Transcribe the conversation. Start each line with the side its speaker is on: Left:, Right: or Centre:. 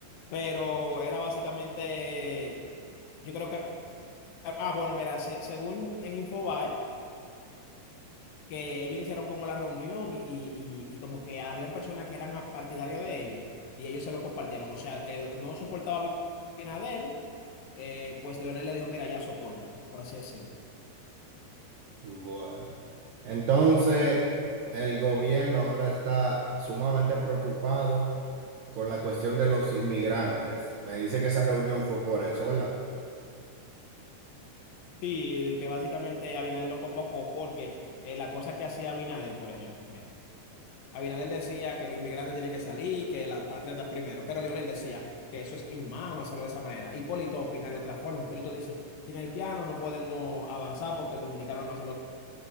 Left: Pero era básicamente, yo creo que, ah, bueno, mira, se- según en Infobae, que ellos iniciaron como la reunión y, y, y como que habían personas que eran partidarios de ellos y ellos se lo compartieron. O sea, el que no soportaba a Abinader eh, pues Leonel le dijo, mira, ya sopórtalo, por así decirlo.
Right: Bueno, entonces el gobierno ahora está sumamente preocupado con la cuestión de los inmigrantes. Me dice que esa reunión fue por eso, ¿verdad?
Left: Sí, de que básicamente Abinader lo convocó porque eh, la cosa que hacía Abinader, por ejemplo, mira, Abinader decía que los inmigrantes tienen que salir, que la patria está primero, pero Leonel decía que eso es inhumano hacerlo de esa manera. Hipólito opina de otra forma. Hipólito dice, sin haitiano no podemos avanzar porque el dominicano no hace los